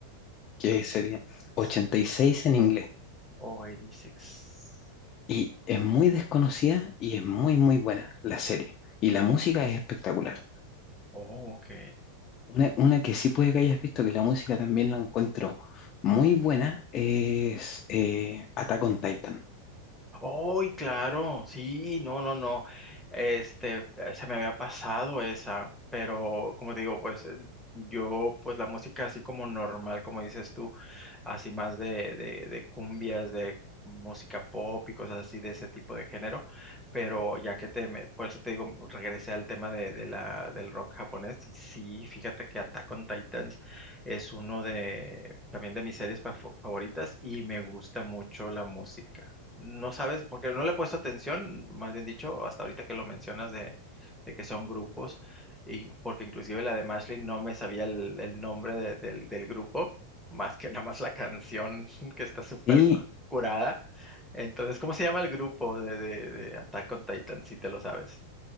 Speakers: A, on the left; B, in the centre.
A: que sería
B: 86
A: 86 en inglés.
B: o 86.
A: Y es muy desconocida y es muy, muy buena la serie. Y la música
B: No.
A: es espectacular.
B: Oh, oh, ok.
A: Una, una que sí puede que hayas visto, que la música también la encuentro muy buena, es eh, Attack on Titan.
B: ¡Ay, claro! Sí, no, no, no. Este, eh, se me había pasado esa, pero como te digo, pues eh, yo, pues la música así como normal, como dices tú, así más de, de, de cumbias, de música pop y cosas así de ese tipo de género, pero ya que te, me- por eso te digo, regresé al tema de, de la, del rock japonés, y sí, fíjate que Attack on Titans es uno de, también de mis series pa- favoritas y me gusta mucho la música. No sabes, porque no le he puesto atención, más bien dicho, hasta ahorita que lo mencionas de, de que son grupos, y porque inclusive la de Mashley no me sabía el, el nombre de- del del grupo, más que nada más la canción <laughs> que está súper
A: Sí,
B: curada. Entonces, ¿cómo se llama el grupo de, de, de Attack on Titan, si te lo sabes?